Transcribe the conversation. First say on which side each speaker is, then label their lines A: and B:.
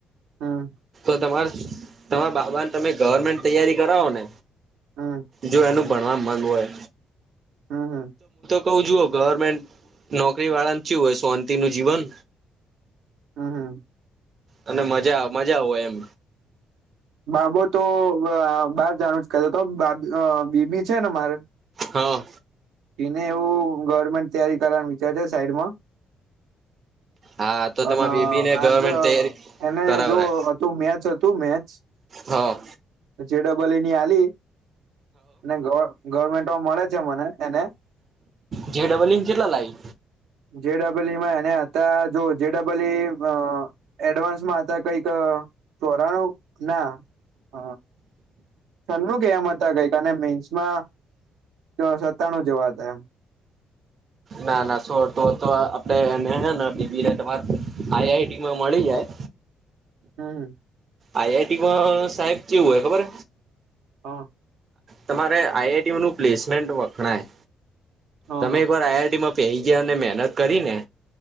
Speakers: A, on the right (about 85°); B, on the right (about 45°).
A: હા
B: તમા તમા બાબાને તમે ગવર્મેન્ટ તૈયારી કરાવો ને
A: હમ
B: જો એનું ભણવા ગ હોય
A: હમ હા
B: કું જુઓ ગવર્મેન્ટ નોકરી વાળાચું હોય સોંતિ નું જીવન
A: હા હા
B: અને મજા મજા આવ હોય એમ
A: બાબો તો બાર જાણું જ કતો તો બા બીબી છે ને મારે
B: હા
A: એને એવું ગવર્મેન્ટ તૈયારી કરવાનું વિચાર છે સાઈડમાં
B: હા તો
A: અને
B: તમારા બેબી ને ગવર્મેન્ટ
A: આ
B: તૈયારી
A: એને
B: કરાવરા
A: જો હતું મેચ હતું મેચ
B: હા
A: જેડબલ ની આલી અને ગવર્મેન્ટમાં મળે છે મને એને
B: જે ડબલ ઇન કેટલા લાઈ
A: જે ડબલઈમાં અને જો જે ડબલઈ એડવાન્સમાં હતા કઈક પરાણું ના હ છન્નુંું કે એમ હતા કઈકને મેન્સમાં સત્તાણું જેવા હતા એમ
B: ના ના શો તો તો આપડે એનેને બીબીને તમાર આઈ આઈટી માં મળી જાય
A: હમ હમ
B: આઈઆઈટીમાં સાહેબ કેવું હોય ખબર
A: હા
B: તમારે આઈઆઈટી નું પ્લેસમેન્ટ વખણાય
A: હા
B: તમે
A: હા
B: એક વાર આઈઆઈટીમાં પ ગયા અને મહેનત કરીને